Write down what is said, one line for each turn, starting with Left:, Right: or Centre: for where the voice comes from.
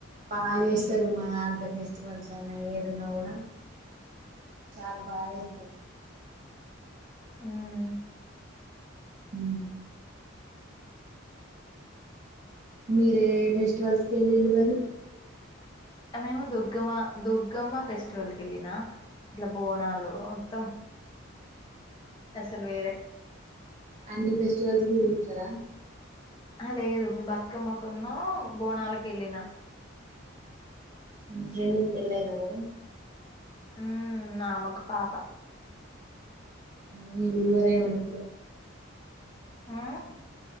Right: బాగా చేస్తారు మా దాంట్లో ఫెస్టివల్స్ అయినా ఏది ఉన్నా కూడా చాల బాగోస్తరు
Left: మ్
Right: ఉమ్ మీరే ఫెస్టివల్స్కి వెళ్ళిరి మరి
Left: మేము ఏమో దుర్గమ్మ దుర్గమ్మ ఫెస్టివల్ కి వెళ్ళిన ఇట్లా బోనాలు మొత్తం అసలు వేరే
Right: అన్ని ఫెస్టివల్స్ కి లీవ్ లు ఇస్తారా
Left: ఆ లేదు మీ బతుకమ్మకున్న బోనాలకి కేలినా
Right: ఫ్రెండ్కి పెళ్ళయింద మరి
Left: ఉ నామకు పాప
Right: వీల్వర ఏమట్
Left: ఉమ్